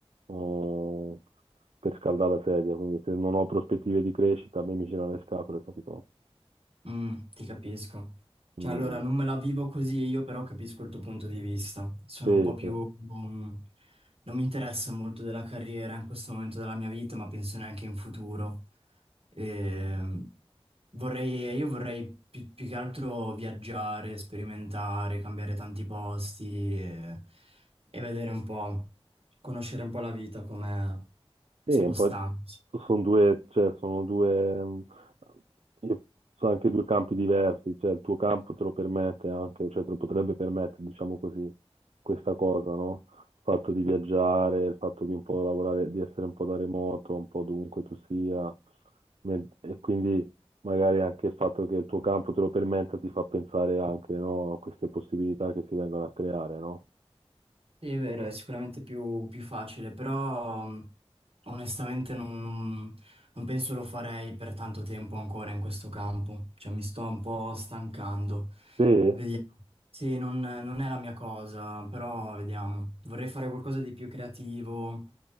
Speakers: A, on the right (about 80°); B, on the right (about 65°).
A: o per scaldare la sedia, quindi se non ho prospettive di crescita, a me mi girano le scatole, capito?
B: Mm, ti capisco.
A: Mm,
B: Cioè, allora, non me la vivo così io, però capisco il tuo punto di vista. Sono
A: sì,
B: un po' più...
A: sì.
B: mm, non mi interessa molto della carriera in questo momento della mia vita, ma penso neanche in futuro. Ehm, vorrei, io vorrei pi- più, che altro viaggiare, sperimentare, cambiare tanti posti e, e vedere un po', conoscere un po' la vita come
A: Sì,
B: spostandosi.
A: un po' sono due, cioè, sono due, mh, io- sono anche due campi diversi, cioè il tuo campo te lo permette anche, cioè te lo potrebbe permettere, diciamo così, questa cosa, no? Il fatto di viaggiare, il fatto di un po' lavorare, di essere un po' da remoto, un po' dovunque tu sia, nel- e quindi magari anche il fatto che il tuo campo te lo permetta ti fa pensare anche, no, a queste possibilità che si vengono a creare, no?
B: Sì, è vero, è sicuramente più, più facile, però mh, onestamente non, non penso lo farei per tanto tempo ancora in questo campo, cioè mi sto un po' stancando.
A: Sì?
B: Vediamo. Sì, non, non è la mia cosa, però vediamo. Vorrei fare qualcosa di più creativo,